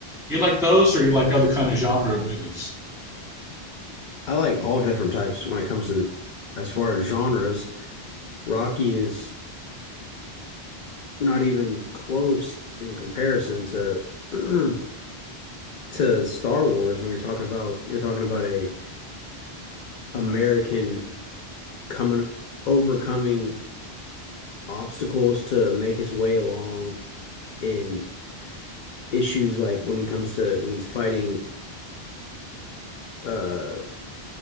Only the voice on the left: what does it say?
I like all different types when it comes to as far as genres. Rocky is not even close in comparison to <clears throat> to Star Wars when you're talking about you're talking about a American coming overcoming obstacles to make his way along in issues like when he comes to when he's fighting uh